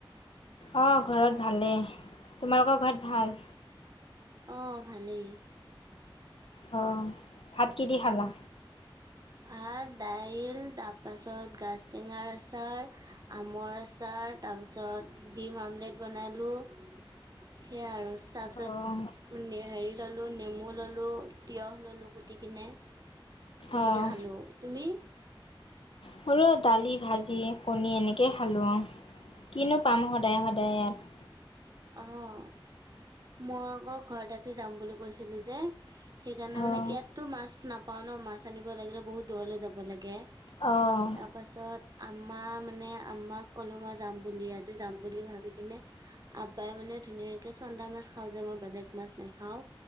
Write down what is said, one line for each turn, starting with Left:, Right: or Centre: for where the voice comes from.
Left: অঁ ঘৰত ভালেই তোমালোকৰ ঘৰত ভাল।
Right: অঁ ভালেই।
Left: অঁ ভাত কি দি খালা?
Right: ভাত দাইল তাৰ পাছত গাজটেঙাৰ আচাৰ। আমৰ আচাৰ তাৰপিছত ডিম আমলেট বনালোঁ- সেয়া আৰু। তাৰপিছত
Left: অঁ
Right: হেৰি ল'লোঁ নেমু ল'লোঁ তিঁয়হ ল'লোঁ কুটি কিনে- সেনেকে
Left: অঁ
Right: খালো তুমি?
Left: মোৰো দালি ভাজি কণী এনেকৈ খালোঁ কিনো পাম সদায় সদায় ইয়াত।
Right: অঁ মই আকৌ ঘৰত আজি যাম বুলি কৈছিলো যে- সেইকাৰণে
Left: অঁ
Right: মানে ইয়াতো মাছ নাপাওঁ ন মাছ আনিব লাগিলে বহুত দূৰলৈ যাব লাগে।
Left: অঁ!
Right: তাৰ পাছত আম্মা মানে আম্মাক ক'লো মই যাম বুলি আজি যাম বুলি ভাবি কিনে- আব্বাই মানে ধুনীয়াকে চন্দা মাছ খাওঁ যে মই বেলেগ মাছ নাখাওঁ।